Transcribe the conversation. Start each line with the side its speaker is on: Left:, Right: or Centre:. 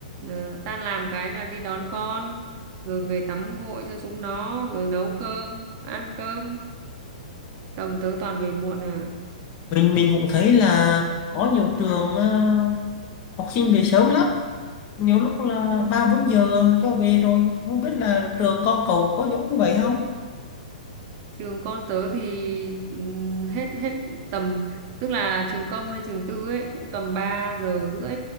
Right: à, tan làm cái là đi đón con rồi về tắm gội cho chúng nó rồi nấu cơm ăn cơm Xong tớ toàn về muộn à.
Left: mình mình cũng thấy là có nhiều trường ờ, học sinh về sớm lắm nhiều lúc là ba bốn giờ cho về rồi không biết là trường con cậu có giống như vậy không
Right: trường con tớ thì ừm, hết hết tầm tức là trường công hay trường tư ấy cũng tầm 3 giờ rưỡi